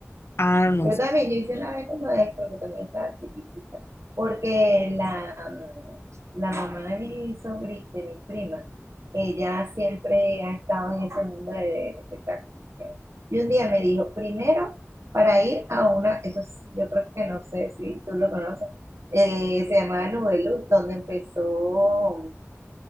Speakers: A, on the left; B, on the right.
A: Ah, no
B: Yo
A: sé.
B: también, yo hice una vez como de esto, pero también estaba chiquitita, porque la, mm, la mamá de mi sobrina, de mi prima, ella siempre ha estado en ese mundo de, de espectáculos. ¿no? Y un día me dijo, primero, para ir a una, eso es- yo creo que no sé si tú lo conoces, eh, se llamaba Nubeluz, donde empezó,